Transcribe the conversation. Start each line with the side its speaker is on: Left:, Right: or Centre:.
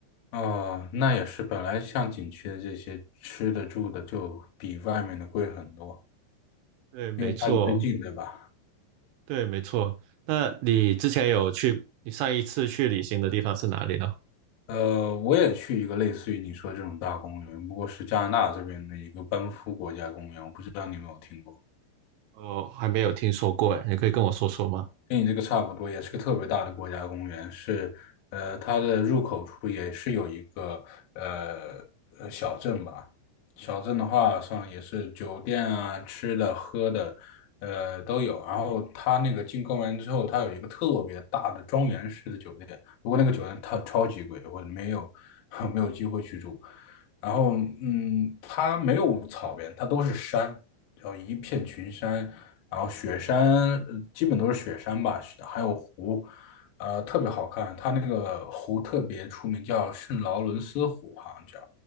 Left: 啊，那也是，本来像景区的这些吃的住的就比外面的贵很多，
Right: 对，没错，
Left: 因为它离得近，对吧？
Right: 对，没错。那你之前有去，你上一次去旅行的地方是哪里呢？
Left: 呃，我也去一个类似于你说这种大公园，不过是加拿大这边的一个班夫国家公园，我不知道你有没有听过。
Right: 哦，还没有听说过，哎，你可以跟我说说吗？
Left: 跟你这个差不多，也是个特别大的国家公园，是呃，它的入口处也是有一个呃呃小镇吧。小镇的话上也是酒店啊、吃的、喝的，呃都有。然后它那个进公园之后，它有一个特别大的庄园式的酒店，不过那个酒店它超级贵，我没有 <laughs> 没有机会去住。然后嗯，它没有草原，它都是山，叫一片群山，然后雪山呃基本都是雪山吧，还有湖，呃，特别好看。它那个湖特别出名，叫圣劳伦斯湖，好像叫。